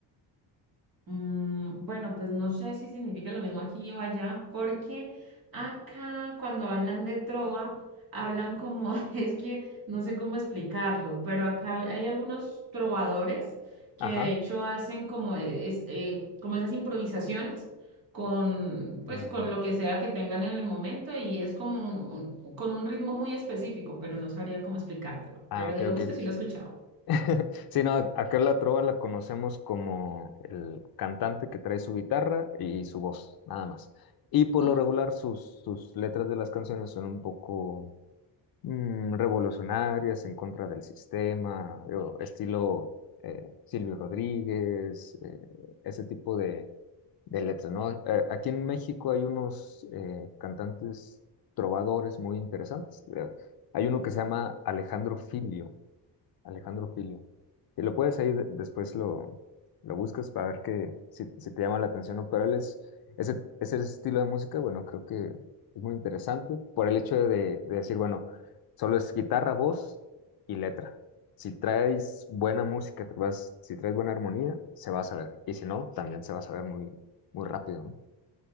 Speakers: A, on the right; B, on the left.
A: Mm, bueno, pues no sé si significa lo mismo aquí o allá, porque acá cuando hablan de trova, hablan como, <laughs> es que no sé cómo explicarlo, pero acá hay algunos trovadores que
B: Ajá.
A: de hecho hacen como, e- es, eh, como esas improvisaciones con,
B: Mm,
A: pues, con lo que sea que tengan en el momento y es como un- un- con un ritmo muy específico, pero no sabría cómo explicártelo,
B: ah,
A: pero
B: ok,
A: digamos
B: ok.
A: que sí lo he escuchado.
B: <laughs> Sí, no, acá la trova la conocemos como el cantante que trae su guitarra y su voz, nada más. Y por
A: Ujú.
B: lo regular sus, sus letras de las canciones son un poco mm, revolucionarias, en contra del sistema, digo, estilo eh, Silvio Rodríguez, eh, ese tipo de de letras ¿no? A- Aquí en México hay unos eh, cantantes trovadores muy interesantes. Eh, Hay uno que se llama Alejandro Filio. Alejandro Filio. Y lo puedes ahí, de- después lo, lo buscas para ver que, si, si te llama la atención o no, pero él es, ese, ese estilo de música, bueno, creo que es muy interesante por el hecho de, de decir, bueno, solo es guitarra, voz y letra. Si traes buena música, te vas- si traes buena armonía, se va a saber. Y si no, también se va a saber muy, muy rápido, ¿no?